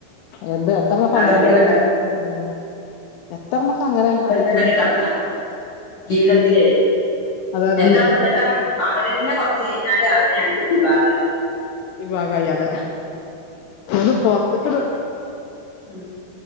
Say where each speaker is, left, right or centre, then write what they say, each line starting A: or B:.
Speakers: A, on the left (about 80°); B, on the left (about 45°).
A: എന്താ എന്താപ്പാപ്പ അങ്ങനെ
B: അതൊക്കെയാണല്ലോ
A: ഉം എത്രണ്ണം അങ്ങനെ
B: അതൊക്കെയാണ്
A: ആയിക്കിണ്.
B: കഥ ജീവിതത്തിലെ,
A: അതെ അതെ
B: എന്താ
A: അതെ
B: എന്നിട്ട അവരെന്നെ കോ ഇച്ചക്കഴിഞ്ഞാല് അവര് രണ്ട് വിഭാഗമായി.
A: വിഭാഗയി അതെ എങ്ങട്ട് പൊറത്തക്ക്
B: ഉം